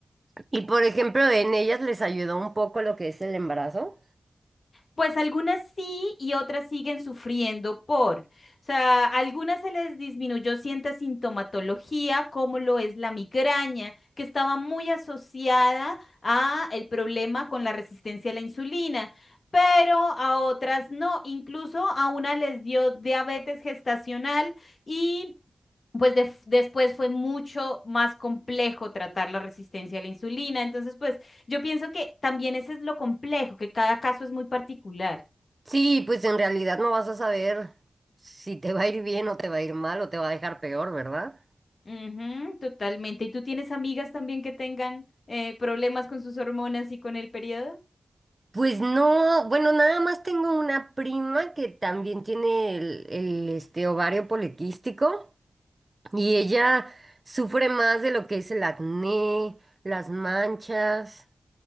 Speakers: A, on the right (about 35°); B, on the left (about 65°).
A: Y por ejemplo, en ellas les ayudó un poco lo que es el embarazo.
B: Pues algunas sí y otras siguen sufriendo por. O sea, algunas se les disminuyó cierta sintomatología, como lo es la migraña, que estaba muy asociada a el problema con la resistencia a la insulina, pero a otras no. Incluso a una les dio diabetes gestacional y pues de- después fue mucho más complejo tratar la resistencia a la insulina. Entonces, pues yo pienso que también ese es lo complejo, que cada caso es muy particular.
A: Sí, pues en realidad no vas a saber si te va a ir bien o te va a ir mal o te va a dejar peor, ¿verdad?
B: Ujú, totalmente. ¿Y tú tienes amigas también que tengan eh, problemas con sus hormonas y con el periodo?
A: Pues no, bueno, nada más tengo una prima que también tiene el, el, este, ovario poliquístico y ella sufre más de lo que es el acné, las manchas,